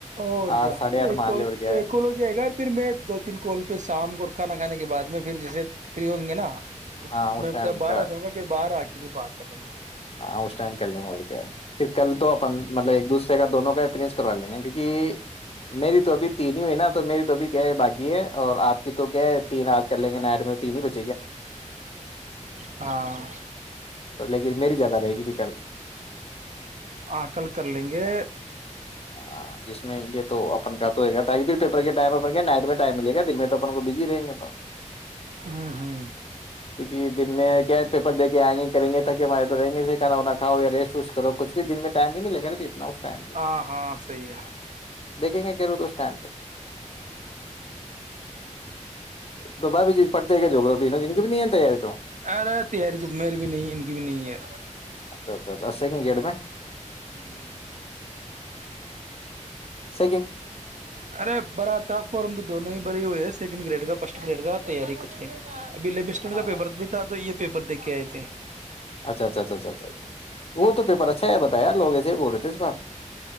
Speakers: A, on the right (about 70°); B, on the left (about 50°).
A: اور
B: آٹھ
A: کیا
B: ساڑھے آٹھ
A: ایک
B: مان
A: اور
B: لے کیا
A: ایک
B: ہے
A: اور ہو جائےگا پھر میں دو تین کوال پہ سے شام کو کھانا کھانے کے بعد میں پھر جیسے فری ہوے گے نا اس
B: ہاں
A: میں
B: ٹائم
A: کیا باہر
B: کا
A: آ جاؤں گا پھر باہر آ کے پھر بات کر لیں گے
B: ہاں اس ٹائم کر لیں گے بول کے پھر کل تو مطلب ایک دوسرے کا دونوں کا کروا لگے کیوں کہ میری تو ابھی تین ہی ہوئی نا تو میری تو ابھی کیا ہے باکی ہے اور آپ کی تو کیا ہے تین آج کر لیں گے نائٹ میں تین ہی بچ
A: ہاں
B: تو لیکن میری زیادہ رہے گی بھی ک <inaudible>
A: آ کل کر لیں گے
B: ہاں جس میں یہ تو اپن کا تو ہو گا تاک پ پیپر کے ٹائم پڑ گے نائ میں ٹائمل گ دن میں تو اپن کو بزی رہیں گے اپ
A: ہ ہ
B: کیکہ یہ دن میں کیا پیپرے کے آئ گے کریں گےاک کہ فائد تو رہیں گے کھا کاؤیا ریٹ وٹ کرو کھ بھی دن میں ٹائم نہیں مل گا اب اتنا اس ت
A: ہاں ہاں صحی ہے
B: دیکیں گے ہوو تو اس ٹائم پہ تو با بھی چیز پڑتے ہے کیا جگو پ لو نہیں بھی نہیں تیار
A: ارے تیاری تو میری بھی نہیں ان کی بھی نہیں ہے
B: اچھا اچھا سیکنڈ گیڈ میں
A: ہوں
B: س
A: ارے بھرا تھا فارم تو دونوں ہی بری ہوئے ہے سیکنڈ گریڈ کا فسٹ گریٹ گ تیاری کچھ نہیں کر اب لیب اسٹینڈ
B: ہاں
A: کا پیپرک بھی تھا تو یہ پیپر دیک کے آئے تھے
B: اچھا اچھا اچھا اچھ اچھا وہ تو پیپر اچھا ہےتایا لوگسے بول رہے ہیں یس بات